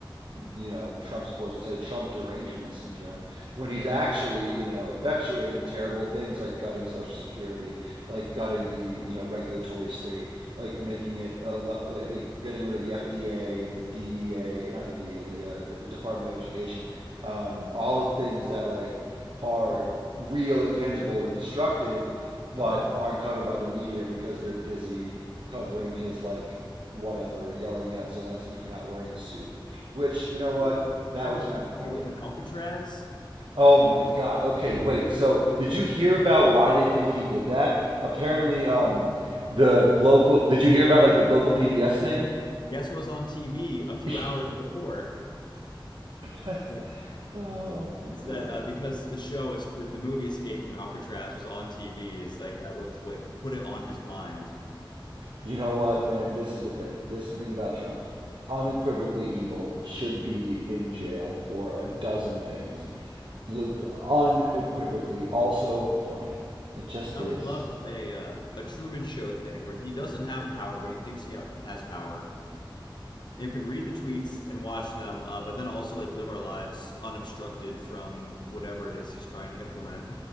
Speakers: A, on the right (about 65°); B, on the left (about 55°).
A: you know, Trump supporters would say Trump derangement syndrome, when he's actually, you know, effectuating terrible things like gutting Social Security, like gutting the, you know, regulatory state, like making it, a, like getting rid of the FDA and the DEA, not the DEA, the uh, Department of Education, um, all of things that like are real, intangible, and destructive,
B: Mhm.
A: but aren't covered by the media because they're busy covering his like whatever, yelling at Zelensky for not wearing a suit. Which,
B: can
A: you know
B: you
A: what?
B: believe this
A: That
B: guy wants
A: was kind
B: to
A: of funny.
B: reopen alcatraz
A: Oh my God. Okay, wait. So, did you hear about why they think he did that? Apparently,
B: because,
A: um, the
B: yeah
A: local. Did you hear about like the local PBS thing?
B: guess what was on TV a few
A: <laughs>
B: hours before?
A: That's,
B: Yeah.
A: oh my
B: It's that
A: God.
B: uh, because the show, the movie Escape from Alcatraz was on TV, is like that was what put it on his mind.
A: You know what, man? This is the thing. This is the thing about Trump. Unequivocally evil should be in jail for a dozen things. Le- unequivocally, also funny. It just
B: I
A: is.
B: would love a uh, a Truman Show thing where he doesn't have power, but he thinks he have, has power, and can read the tweets and watch them, uh, but then also like live our lives unobstructed from whatever it is he's trying to implement.